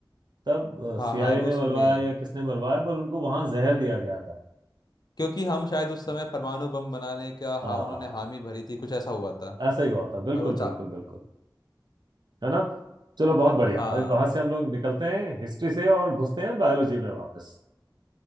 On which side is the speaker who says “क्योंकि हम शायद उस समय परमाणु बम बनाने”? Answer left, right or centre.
Left